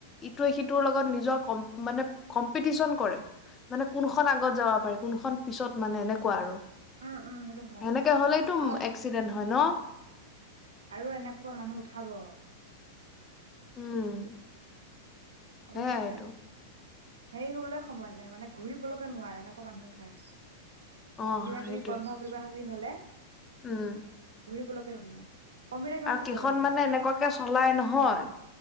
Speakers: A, on the left (about 25°); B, on the right (about 75°).
A: ইটোৱে-সিটোৰ লগত নিজক কম্প, মানে কম্পিটিচন কৰে, মানে কোনখন আগত যাব পাৰে, কোনখন পিছত মানে এনেকুৱা আৰু
B: উম উম সেইটো হয়
A: সেনেকে হ'লেইতো
B: আৰু
A: এক্সিডেন্ট হয় ন?
B: আৰু এনেকুৱা মানুহ উঠাব
A: উম।
B: আপুনি
A: সেয়াই
B: এ
A: টো।
B: হেৰি হ'বলে সময় নাই, মানে ঘূৰিবলৈকে নোৱাৰে, এনেকুৱা মানুহ উঠাই।
A: অ
B: কিবা-কিবি
A: সেইটোৱে
B: বন্ধ কৰিব কি হ'লে
A: উম।
B: ঘূৰিবলৈকে <unintelligible> কিমান
A: আৰু
B: পাইছা
A: কেইখন
B: গৈ তুমি
A: মানে এনেকুৱাকে চলাই নহয়।